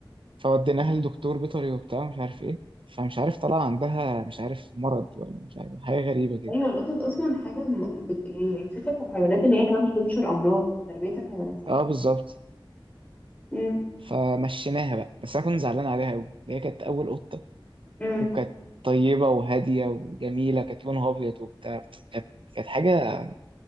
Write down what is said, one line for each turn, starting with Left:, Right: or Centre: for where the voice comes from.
Right: فوديناها لدكتور بيطري وبتاع مش عارف ايه فمش عارف طلع عندها مش عارف مرض ولا مش عارف حاجه غريبه كده
Left: ايوه القطط اصلا حاجه م- بت- يعني الفكره في الحيوانات ان هي كمان بتنشر امراض في تربيه الحيوانات يعني
Right: اه بالظبط
Left: امم
Right: فمشيناها بقى بس انا كنت زعلان عليها قوي اللي هي كانت اول قطه
Left: امم
Right: وكانت طيبه وهاديه وجميله كانت لونها ابيض وبتاع كانت كانت حاجه